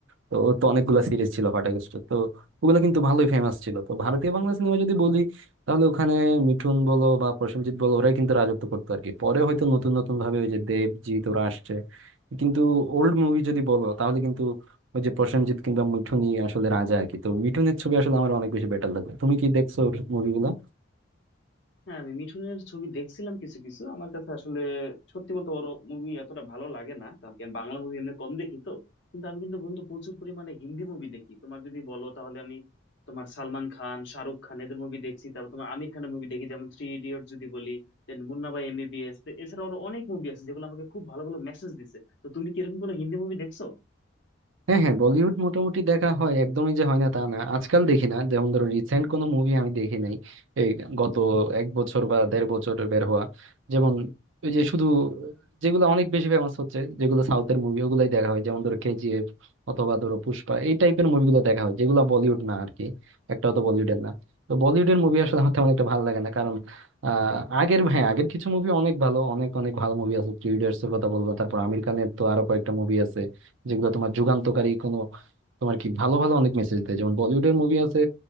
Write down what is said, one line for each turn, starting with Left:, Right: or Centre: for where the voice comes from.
Right: তো ওর তো অনেকগুলা সিরিজ ছিল ফাটাকেস্ট তো ওগুলো কিন্তু ভালোই ফেমাস ছিল তো ভারতীয় বাংলা সিনেমা যদি বলি তাহলে ওখানে মিঠুন বলো বা প্রসেনজিৎ বলো ওরাই কিন্তু রাজত্ব করতো আর কি পরে হয়তো নতুন নতুন ভাবে ওই যে দেবজিৎ ওরা আসছে কিন্তু ওল্ড মুভি যদি বলো তাহলে কিন্তু ওই যে প্রসেনজিৎ কিংবা মিঠুনই আসলে রাজা আর কি তো মিঠুনের ছবি আসলে আমার অনেক বেশি বেটার লাগে তুমি কি দেখছো ওর মুভিগুলা
Left: হ্যাঁ আমি মিঠুনের ছবি দেখছিলাম কিছু কিছু আমার কাছে আসলে সত্যি বলতে ওর মুভি এতটা ভালো লাগে না কারণ কি আমি বাংলা মুভি এমনি কম দেখি তো কিন্তু আমি কিন্তু বন্ধু প্রচুর পরিমাণে হিন্দি মুভি দেখি তোমার যদি বলো তাহলে আমি তোমার সালমান খান শাহরুখ খান এদের মুভি দেখছি তারপর তোমার আমির খানের মুভি দেখি যেমন থ্রি ইডিয়ট যদি বলি দেন মুন্না ভাই এমবিবিএস এছাড়া আরো অনেক মুভি আছে যেগুলো আমাকে খুব ভালো ভালো মেসেজ দিছে তো তুমি কি এরকম কোনো হিন্দি মুভি দেখছো
Right: হ্যাঁ হ্যাঁ বলিউড মোটামুটি দেখা হয় একদমই যে হয় না তা না আজকাল দেখি না যেমন ধরো রিসেন্ট কোনো মুভি আমি দেখি নাই এই গত এক বছর বা দেড় বছর বের হওয়া যেমন ওই যে শুধু যেগুলো অনেক বেশি ফেমাস হচ্ছে যেগুলো সাউথের মুভি ওগুলাই দেখা হয় যেমন ধরো কেজিএফ অথবা ধরো পুষ্পা এই টাইপের মুভিগুলো দেখা হয় যেগুলো বলিউড না আর কি একটাও তো বলিউডের না তো বলিউডের মুভি আসলে আমার তেমন একটা ভালো লাগে না কারণ আহ আগের হ্যাঁ আগের কিছু মুভি অনেক ভালো অনেক অনেক ভালো মুভি আছে থ্রি ইডিয়টস এর কথা বললাম তারপর আমির খানের তো আরো কয়েকটা মুভি আছে যেগুলো তোমার যুগান্তকারী কোনো তোমার কি ভালো ভালো অনেক মেসেজ দেয় যেমন বলিউডের মুভি আছে